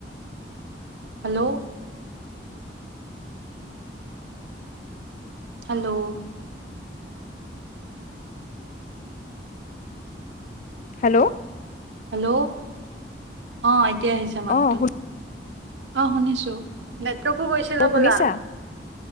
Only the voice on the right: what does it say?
Hello. hello,
hello, ' অ', এতিয়া আহিছে মাতটো,
অ', শুনিছো, - তোকো কৈছিল
হ'বলা।